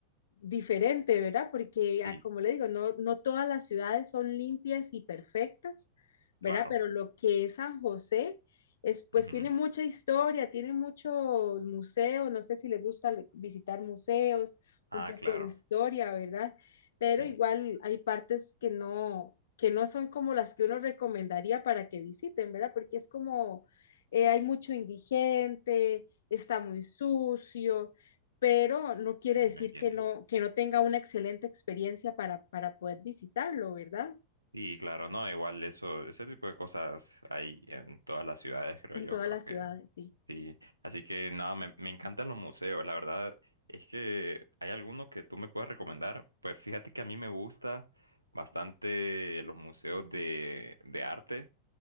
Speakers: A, on the left (about 65°); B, on the right (about 85°).
A: diferente, ¿verdad? Porque,
B: sí,
A: ah, como le digo, no, no todas las ciudades son limpias y perfectas, ¿verdad?
B: claro.
A: Pero lo que es San José es, pues
B: Ujú.
A: tiene mucha historia, tiene muchos museos, no sé si le gusta le- visitar museos,
B: Ah,
A: un poco
B: claro.
A: de historia, ¿verdad? Pero
B: Sí,
A: igual hay partes que no, que no son como las que uno recomendaría para que visiten, ¿verdad? Porque es como, eh, hay mucho indigente está muy sucio, pero no quiere
B: no
A: decir
B: entiendo.
A: que no, que no tenga una excelente experiencia para, para poder visitarlo, ¿verdad?
B: Y claro, no, igual eso, ese tipo de cosas hay en todas las ciudades, creo
A: En
B: yo,
A: todas
B: creo
A: las
B: que
A: ciudades, sí.
B: sí. Así que nada, me, me encantan los museos, la verdad es que hay alguno que tú me puedes recomendar. Pues fíjate que a mí me gusta bastante los museos de, de arte,